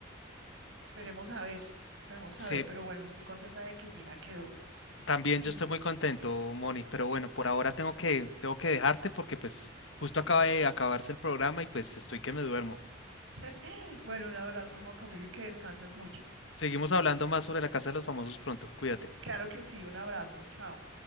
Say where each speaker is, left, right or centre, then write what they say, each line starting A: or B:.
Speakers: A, on the right; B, on the left.
A: Esperemos a ver, esperemos
B: Sí,
A: a ver, pero bueno, estoy contenta de que Gina quedó.
B: también
A: En-
B: yo estoy muy contento, Moni, pero bueno, por ahora tengo que, tengo que dejarte porque pues justo acaba de acabarse el programa y pues estoy que me duermo.
A: <gasps> <laughs> Bueno, un abrazo, Juan Camilo, y que descanses mucho.
B: Seguimos hablando más sobre la Casa de los Famosos pronto, cuídate.
A: Claro que sí, un abrazo. Chao.